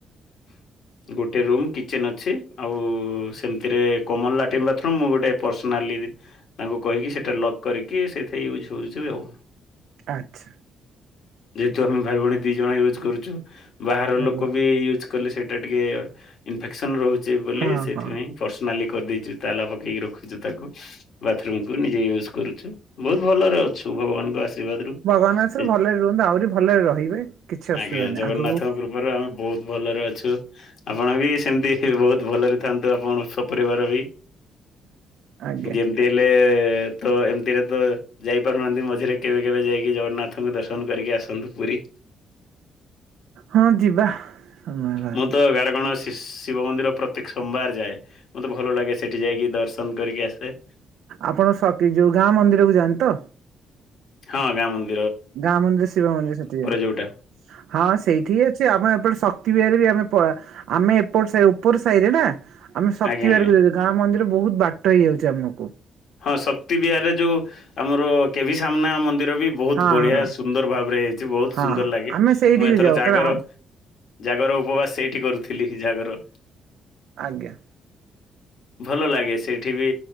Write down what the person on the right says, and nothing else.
ଆଚ୍ଛା।
ଆଜ୍ଞା
ହଁ
ହଁ।
ଭଗବାନ ଆଶୀର୍ବାଦରୁ
ଭଲରେ ରୁହନ୍ତୁ ଆହୁରି ଭଲରେ ରହିବେ କିଛି ଅସୁବିଧା
ନାହିଁ
ଆଗକୁ
ଆଜ୍ଞା
ହଁ ଯିବା। ସମୟ ବାହାର
କରି।
ଆପଣ ସ ତି ଯୋଉ ଗାଁ ମନ୍ଦିର କୁ ଯାଆନ୍ତି ତ।
ଗାଁ ମନ୍ଦିର ଶିବ ମନ୍ଦିର ସେଠି
ହଁ ସେଇଠି ହି ଅଛି। ଆମ ଏପଟ ଶକ୍ତି ବିହାରରେ ବି ଆମେ ପ ଆମେ ଏପଟ ଉପର ସାହିରେ ରେ ନା। ଆମେ ଶକ୍ତି
ବିହାରକୁ
ଯାଉଚୁ ଗାଁ ମନ୍ଦିର ବହୁତ ବାଟ ହେଇଯାଉଚି ଆମକୁ।
ହଁ
ହଁ
ହଁ
ଆମେ ସେଇଠିକି
ଯାଉ
କାରଣ ଆମ
ଆଜ୍ଞା।